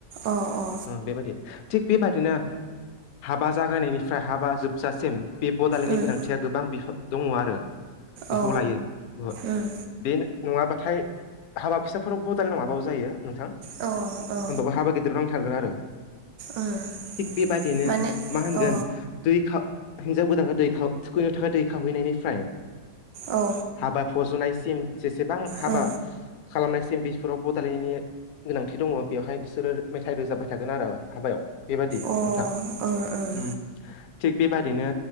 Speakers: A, on the right (about 80°); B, on the left (about 65°).
A: अ अ।
B: ओ बेबायदि थिग बेबायदिनो हाबा जागायनायनिफ्राय हाबा जोबजासिम बे बदालिनि
A: उम
B: गोनांथिया गोबां बिहा दं आरो बिखौ
A: अ
B: लायो बहुत
A: उम
B: बे नङाबाथाय हाबा फिसाफोराव बदालि नङाबाबो जायो नोंथां। होमबाबो
A: अ अ
B: हाबा गिदिराव नांथारगोन आरो
A: उम
B: थिग बेबायदिनो
A: माने
B: मा होनगोन
A: अ ओ
B: दै खाव हिनजाव गोदानखौ दै थुखैनो थाखाय दै खावहैनायनिफ्राय
A: औ।
B: हाबा फज'नायसिम जेसेबां हाबा
A: अ
B: खालामनायसिम बेफोराव बडालिनि गोनांथि दङ बेवहाय बिसोरो मेथाइ रोजाबाय थागोन आरो हाबायाव। बेबायदि
A: ओ
B: नोंथां
A: ओं
B: ओम। थिग बेबादिनो